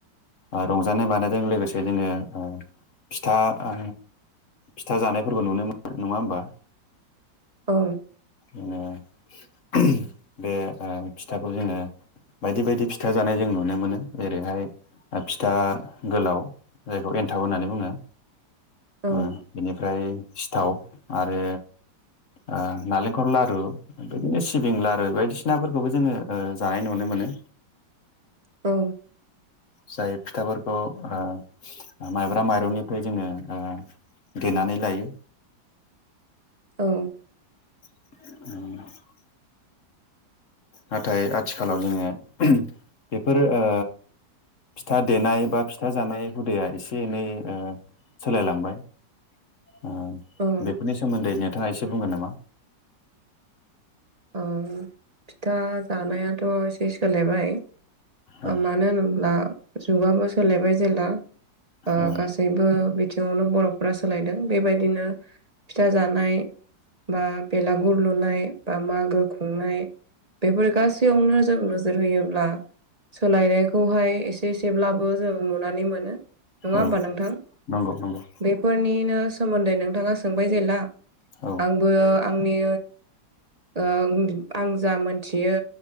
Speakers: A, on the left; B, on the right.
A: आ रंजानाय बानायजों लोगोसे जोङो ओ फिथा आ फिथा जानायफोरबो नुनो मोनो नङा होमबा?
B: औ।
A: ओ <unintelligible> बे ओ फिथाखौ जोङो बायदि बायदि फिथा जानाय जों नुनो मोनो। जेरैहाय ओ फिथा गोलाव जायखौ एन्थाब होननानै बुङो।
B: औ
A: आ बेनिफ्राय सिथाव आरो आ नालेंखर लारु बिदिनो सिबिं लारु बायदिसिनाफोरखौबो जोङो ओ जानाय नुनो मोनो।
B: औ।
A: जाय फिथाफोरखौ आ ओ माइब्रा माइरंनिफ्राय जोङो ओ देनानै लायो।
B: औ।
A: <inaudible> नाथाय आथिखालाव जोङो <unintelligible> बेफोर ओ फिथा देनाय बा फिथा जानाय हुदाया एसे एनै ओ सोलायलांबाय आ
B: औ
A: बेफोरनि सोमोन्दै नोंथाङा एसे बुंगोन नामा?
B: ओ फिथा जानायाथ' एसे सोलायबाय।
A: औ
B: ओ मानो होनोब्ला जुगाबो सोलायबाय जेला ओ
A: औ
B: गासैबो सैबो बिथिङावनो बर'फोरा सोलायदों। बेबायदिनो फिथा जानाय बा बेलागुर लुनाय बा मागो खुंनाय बेफोर गासैयावनो जों नोजोर होयोब्ला सोलायनायखौहाय एसे एसेब्लाबो जों नुनानै मोनो। नङा होमबा
A: औ
B: नोंथां?
A: नंगौ नंगौ
B: बे फोरनिनो सोमोन्दै नोंथाङा सोंबाय जेला,
A: औ
B: आंबो आंनि ओ आं जा मोनथियो